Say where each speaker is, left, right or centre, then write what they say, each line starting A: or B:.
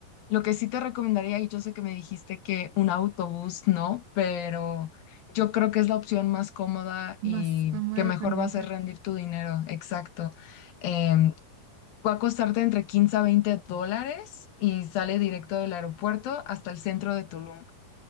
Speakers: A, on the left; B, on the right.
A: lo que sí te recomendaría, y yo sé que me dijiste que un autobús no, pero yo creo que es la opción más cómoda
B: más
A: y
B: fama
A: que mejor
B: económica.
A: va a ser rendir tu dinero. Exacto. Em, Va a costarte entre 15 a 20 dólares y sale directo del aeropuerto hasta el centro de Tulum.